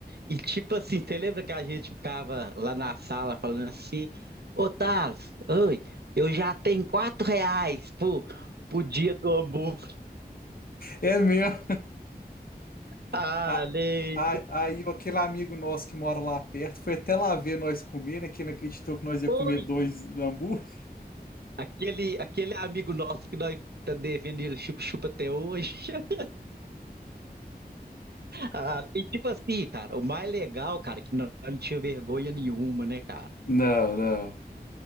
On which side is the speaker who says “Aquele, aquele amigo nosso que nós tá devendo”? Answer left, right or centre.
Right